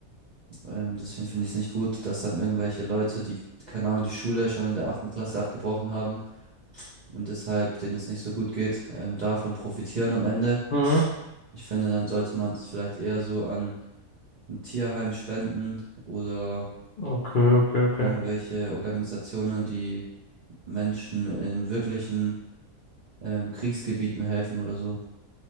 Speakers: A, on the right (about 50°); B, on the left (about 70°).
A: Ähm, deswegen finde ich es nicht gut, dass dann irgendwelche Leute, die, keine Ahnung, die Schule schon in der achten Klasse abgebrochen haben, und deshalb denen es nicht so gut geht, ähm, davon profitieren am Ende.
B: Mhm.
A: Ich finde, dann sollte man es vielleicht eher so an ein Tierheim spenden oder
B: Okay, okay, okay.
A: irgendwelche Organisationen, die Menschen in wirklichen ähm, Kriegsgebieten helfen oder so.